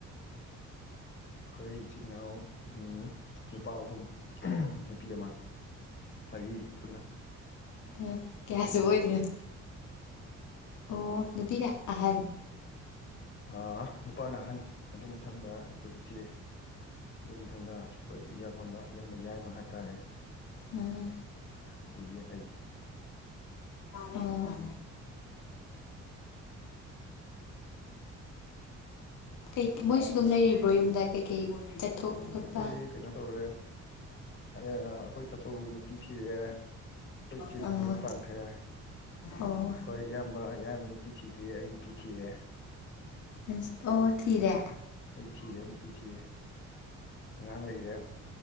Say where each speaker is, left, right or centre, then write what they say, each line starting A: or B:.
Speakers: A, on the left; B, on the left.
A: ꯑꯩꯈꯣꯏ ꯏꯆꯤꯟ ꯏꯅꯥꯎ ꯎꯝ ꯅꯨꯄꯥ ꯑꯍꯨꯝ ꯅꯨꯄꯤ ꯑꯃ ꯃꯔꯤ ꯄꯨꯟꯅ
B: ꯑꯦ ꯀꯌꯥ
A: ꯑꯩꯅ
B: ꯁꯨꯕ
A: ꯑꯇꯣꯝꯕ
B: ꯑꯣꯏꯗꫭꯏꯅꫭ ꯑꯣ ꯅꯨꯄꯤꯅ ꯑꯍꯟ
A: ꯑꯥ ꯅꯨꯄꯥꯅ ꯑꯍꯟ ꯑꯗꯨ ꯃꯊꯪꯗ ꯑꯩꯈꯣꯏ ꯏꯆꯦ ꯑꯗꯨ ꯃꯊꯪꯗ ꯑꯩꯈꯣꯏ ꯌꯥꯝ ꯑꯃꯝꯃ ꯏꯌꯥꯝꯕ ꯌꯥꯏꯃ ꯍꯥꯏꯇꯥꯔꯦ ꯑꫭ
B: ꯑꯥ
A: ꯑꯗꯒꯤ ꯑꯩ
B: ꯑꯣ ꯀꯩ ꯃꯣꯏꯁꯨ ꯑꯗꯨꯝ ꯂꯩꯔꯤꯕ꯭ꯔꯣ ꯌꯨꯝꯗ ꯀꯩꯀꯩ ꯆꯠꯊꯣꯛꯄ ꯈꯣꯠꯄ
A: ꯑꯩꯈꯣꯏ ꯀꯩꯅꯣ ꯇꯧꯔꯦ ꯑ ꯑꯩꯈꯣꯏ ꯇꯥꯆꯧ ꯅꯨꯄꯤ ꯊꯤ ꯊꯤꯔꯦ ꯑꯩꯈꯣꯏ ꯏꯆꯦꯁꯨ
B: ꯑꯣ
A: ꯃꯌꯨꯝ ꯄꯥꯟꯈ꯭ꯔꯦ ꯑꯩꯈꯣꯏ
B: ꯑꯣ
A: ꯏꯌꯥꯝꯕ ꯑꯩ ꯌꯥꯏꯃ ꯅꯨꯄꯤ ꯊꯤꯗ꯭ꯔꯤ ꯑꯩ ꯅꯨꯄꯤ ꯊꯤꯔꯦ
B: ꯅꯪꯁꯨ ꯑꯣ ꯊꯤꯔꯦ
A: ꯅꯨꯄꯤ ꯊꯤꯔꯦ ꯅꯨꯄꯤ ꯊꯤꯔꯦ ꯑꯉꯥꯡ ꯂꯩꯔꯦ